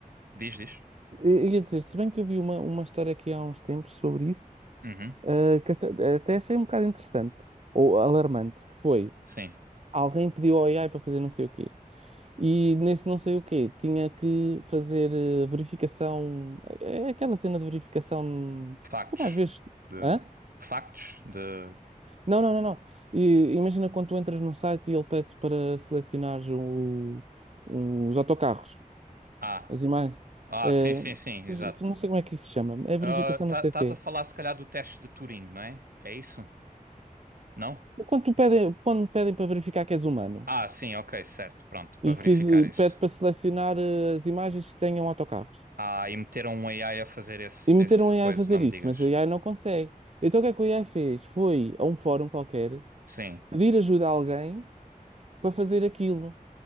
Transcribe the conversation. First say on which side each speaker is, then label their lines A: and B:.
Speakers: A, on the right; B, on the right.
A: diz, diz.
B: ia dizer, se bem que eu vi uma, uma história aqui há uns tempos sobre isso,
A: Uhum,
B: ah, que esta- até achei um bocado interessante, ou alarmante, que foi,
A: sim.
B: alguém pediu ao AI para fazer não sei o quê. E nesse não sei o quê, tinha que fazer eh, verificação, é é aquela cena de verificação,
A: Factos.
B: como às vezes.
A: De...
B: Hã?
A: Factos de.
B: Não, não, não, não. E, imagina quando tu entras num site e ele pede para selecionares o- o- os autocarros,
A: Ah.
B: as imagens.
A: Ah,
B: Eh,
A: sim, sim, sim, exato.
B: não sei como é que isso se chama. É
A: Ah,
B: verificação
A: tá,
B: não sei
A: estás
B: de quê.
A: a falar se calhar do teste de Turing, não é? É isso? Não?
B: Quando tu pedem, quando pedem para verificar que és humano
A: Ah, sim, ok, certo, pronto, para
B: e
A: verificar
B: que eh,
A: isso.
B: pede para selecionar eh, as imagens que tenham autocarros.
A: Ah, e meteram um AI a fazer esse,
B: E meteram
A: esse
B: o AI
A: coisa,
B: a fazer
A: não me
B: isso,
A: digas.
B: mas o AI não consegue. Então o que é que o AI fez? Foi a um fórum qualquer
A: Sim.
B: pedir ajuda a alguém para fazer aquilo.